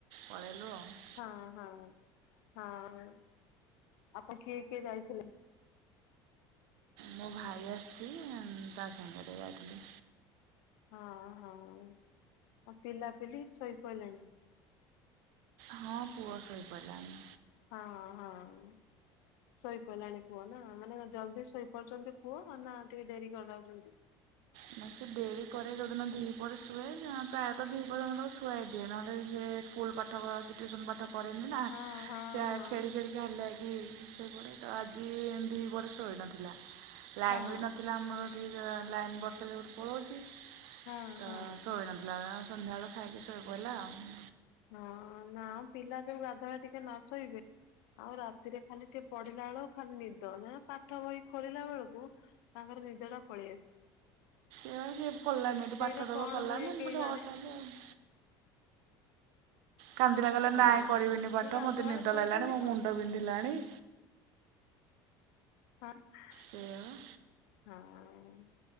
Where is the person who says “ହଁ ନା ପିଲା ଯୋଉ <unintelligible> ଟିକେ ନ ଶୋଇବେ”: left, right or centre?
Left